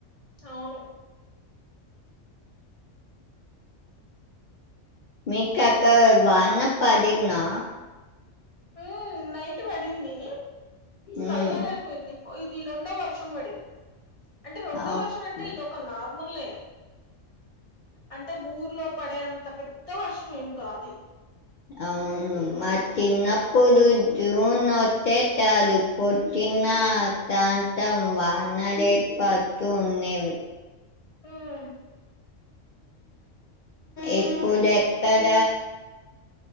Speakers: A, on the left; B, on the left.
A: అవును
B: మీకత వాన పడిన్నా
A: ఊ నైట్ పడింది
B: హ్మ్.
A: సల్లగా అయిపోయింది ప ఇది రెండో వర్షం పడింది అంటే రెండో
B: అవును.
A: వర్షం అంటే ఇదొక నార్మల్ ఏ అంటే ఊర్లో పడే అంత పెద్ద వర్షం ఏం కాది
B: అవును మా తిన్ననప్పుడు జూన్ వత్తే తాదు పొట్టిన తాంతం వానలే పత్తూ ఉన్నేవి
A: ఊమ్
B: ఇపుడెక్కడ